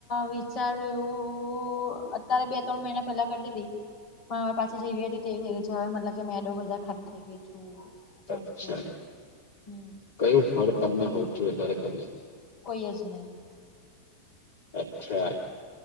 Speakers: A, on the left (about 40°); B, on the left (about 60°).
A: વિચારુ એવું, અત્યારે બે ત્રણ મહિના પેલા કરતી તી. પણ હવે પાછી જેવી હતી તેવી થઈ ગઈ છે, હવે મતલબ કે મેદો વધારે ખાતી થઈ ગઈ છું. જંક
B: અચ્છા,
A: ફૂડ હમ
B: કયું ફળ તમને હોવતું વધારે ગમે?
A: કોઈયજ નહીં.
B: અચ્છા.